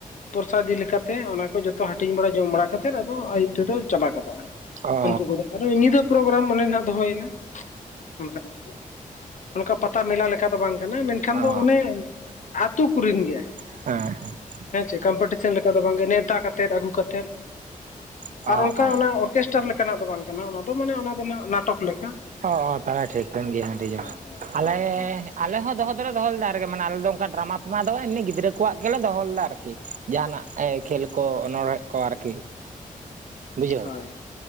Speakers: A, on the left; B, on the right.
A: ᱯᱚᱨᱥᱟ ᱤᱫᱤ ᱞᱮᱠᱟᱛᱮ ᱚᱱᱟ ᱠᱚ ᱡᱚᱛᱚ ᱦᱟᱹᱴᱤᱧ ᱵᱟᱲᱟ ᱡᱚᱢ ᱵᱟᱲᱟ ᱠᱟᱛᱮᱫ ᱟᱫᱚ ᱟᱭᱩᱵ ᱛᱮᱫᱚ ᱪᱟᱵᱟ ᱜᱚᱫᱚᱜᱼᱟ
B: ᱚ
A: ᱩᱱᱠᱩ ᱠᱚᱫᱚ ᱟᱨᱚ ᱧᱤᱫᱟᱹ ᱯᱨᱳᱜᱨᱟᱢ ᱚᱱᱰᱮ ᱱᱟᱜ ᱫᱚᱦᱚᱭᱮᱱᱟ ᱚᱱᱠᱟᱱᱟᱜ ᱚᱱᱠᱟ ᱯᱟᱛᱟ ᱢᱮᱞᱟ ᱞᱮᱠᱟ ᱫᱚ ᱵᱟᱝ ᱠᱟᱱᱟ ᱢᱮᱱᱠᱷᱟᱱ
B: ᱚ
A: ᱫᱚ ᱚᱱᱮ ᱟ ᱟᱹᱛᱩ ᱠᱚᱨᱮᱱ ᱜᱮ
B: ᱮ
A: ᱦᱮᱸ ᱪᱮ ᱠᱚᱢᱯᱤᱴᱤᱥᱮᱱ ᱞᱮᱠᱟ ᱫᱚ ᱵᱟᱝᱜᱮ ᱱᱮᱣᱛᱟ ᱠᱟᱛᱮᱫ ᱟᱹᱜᱩ ᱠᱟᱛᱮᱫ
B: ᱚ
A: ᱟᱨ ᱚᱱᱠᱟ
B: ᱚ
A: ᱚᱱᱟ ᱚᱨᱠᱮᱥᱴᱟᱨ ᱞᱮᱠᱟᱱᱟᱜ ᱫᱚ ᱵᱟᱝ ᱠᱟᱱᱟ ᱚᱱᱟ ᱫᱚ ᱢᱟᱱᱮ ᱚᱱᱟ ᱫᱚᱱᱦᱟᱜ ᱱᱟᱴᱚᱠ ᱞᱮᱠᱟ᱾
B: ᱚ ᱛᱟᱦᱚᱞᱮ ᱴᱷᱤᱠ ᱠᱟᱹᱱ ᱜᱮᱭᱟ ᱟᱹᱰᱤ ᱡᱳᱨ
A: ᱦᱮᱸ ᱦᱮᱸ
B: ᱟᱞᱮ
A: ᱦᱳᱭ
B: ᱟᱞᱮ ᱦᱚᱸ ᱫᱚᱦᱚ ᱫᱚᱞᱮ ᱫᱚᱦᱚ ᱞᱮᱫᱟ ᱟᱨ ᱜᱮ ᱢᱟᱱᱮ ᱟᱞᱮ ᱫᱚ ᱚᱝᱠᱟ ᱰᱨᱟᱢᱟ ᱯᱷᱟᱢᱟ ᱫᱚ ᱮᱢᱱᱤ ᱜᱤᱫᱽᱨᱟᱹ ᱠᱚᱣᱟᱜ ᱜᱮᱞᱮ ᱫᱚᱦᱚ ᱞᱮᱫᱟ ᱟᱨᱠᱤ᱾ ᱡᱟᱦᱟᱱᱟᱜ ᱮ ᱠᱷᱮᱞ ᱠᱚ ᱚᱱᱬᱦᱮᱜ ᱠᱚ ᱟᱨᱠᱤ ᱵᱩᱡᱷᱟᱹᱣ
A: ᱦᱳᱭ